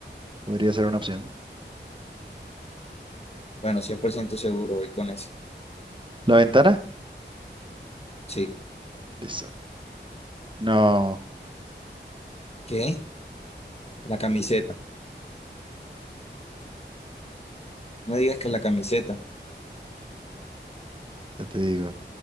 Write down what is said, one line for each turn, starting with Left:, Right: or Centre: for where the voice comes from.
Right: Podría ser una opción.
Left: Bueno, 100% seguro voy con eso.
Right: ¿La ventana?
Left: Sí.
Right: Listo. No.
Left: ¿Qué? La camiseta. No digas que la camiseta.
Right: Ya te digo.